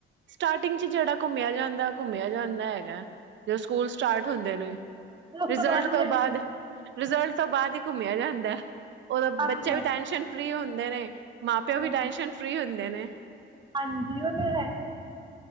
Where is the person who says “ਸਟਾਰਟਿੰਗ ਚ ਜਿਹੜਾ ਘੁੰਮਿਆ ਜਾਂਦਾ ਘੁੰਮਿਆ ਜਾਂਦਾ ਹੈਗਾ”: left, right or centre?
Right